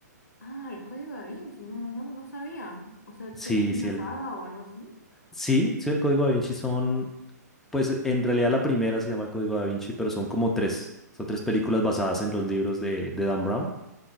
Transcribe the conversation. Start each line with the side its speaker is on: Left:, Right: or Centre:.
Left: Ah, el código de Vinci, no, no, no sabía. O sea,
Centre: Sí,
Left: que es una
Centre: sí, el,
Left: saga o algo así.
Centre: sí, sí, el Código Da Vinci son, pues en realidad la primera se llama el Código Da Vinci, pero son como tres. Son tres películas basadas en los libros de, de Dan Brown.